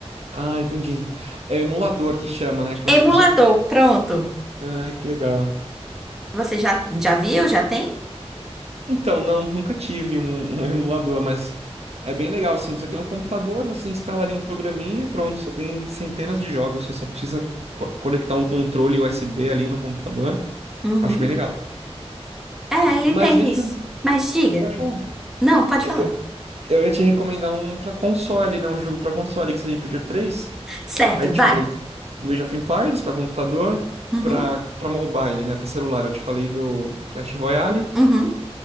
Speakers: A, on the right; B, in the centre.
A: Ah, entendi. É emulador que chama, né? Quando
B: Emulador,
A: você.
B: pronto.
A: Ah, que legal.
B: Você já, já viu? Já tem?
A: Então, não, nunca tive um, um <laughs> emulador, mas é bem legal, assim, você tem um computador, você instala ali um programinha e pronto, você tem centenas de jogos, você só precisa co- conectar um controle USB ali no computador.
B: Uhum.
A: Acho bem legal.
B: É, ele
A: Mas
B: tem
A: deixa
B: isso.
A: eu...
B: Mas diga.
A: Pode falar.
B: Não, pode
A: Eu,
B: falar.
A: eu- eu ia te recomendar um pra console, né? Um jogo pra console, que você me pediu três.
B: Certo,
A: Aí te
B: vai.
A: falei do Age of Empires pra computador,
B: Uhum,
A: pra para mobile, né? Pra celular, eu te falei do Clash Royale.
B: uhum.